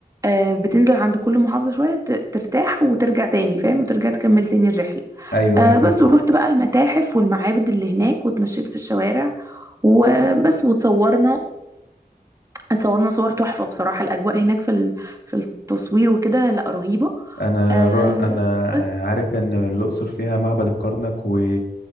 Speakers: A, on the right; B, on the left.
A: آه، بتنزل عند كل محافظة شوية ت- ترتاح وترجع تاني فاهم وترجع تكمل تاني الرحلة
B: ايوه
A: آه،
B: ايوه فاهم
A: بس ورحت بقى المتاحف والمعابد اللي هناك واتمشيت في الشوارع وبس وتصورنا اتصورنا صور تحفة بصراحة الأجواء هناك في ال- في التصوير وكده لا رهيبة
B: انا
A: آه
B: رو... انا
A: بس
B: عارف ان الاقصر فيها معبد الكرنك و...